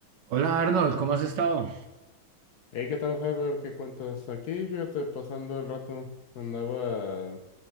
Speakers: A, on the right; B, on the left.
A: Hola Arnold, ¿cómo has estado?
B: Hey, ¿qué tal, Harvard? ¿Qué cuentas? Aquí, fíjate, pasando el rato, andaba